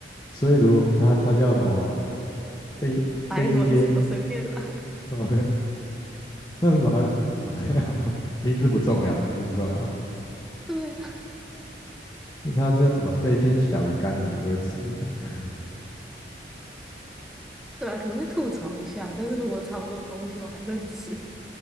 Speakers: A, on the left (about 20°); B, in the centre.
A: 所以如果它它叫什么飞飞天
B: 白轮什么随便啦，
A: <laughs>，OK，那如果它 <laughs> 名字不重要，名字不重要，
B: <laughs> 对啊，
A: 那它叫什么飞天小鱼干，你还是会吃的。
B: 对吧？可能会吐槽一下，但是如果差不多的东西我还是会吃，